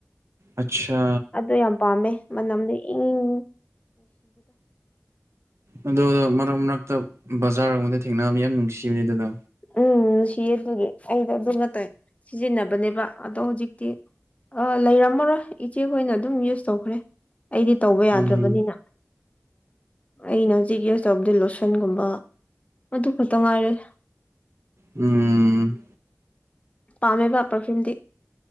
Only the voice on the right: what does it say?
ꯑꯠꯁꯥ
ꯑ ꯃꯔꯛ ꯃꯔꯛ ꯕꯖꯥꯔꯒꯝꯗ ꯊꯦꯡꯅꯕꯅꯤ ꯌꯥꯝ ꯅꯨꯡꯁꯤꯕꯅꯦ ꯑꯗꯨꯗ
ꯎꯝ
ꯎꯝ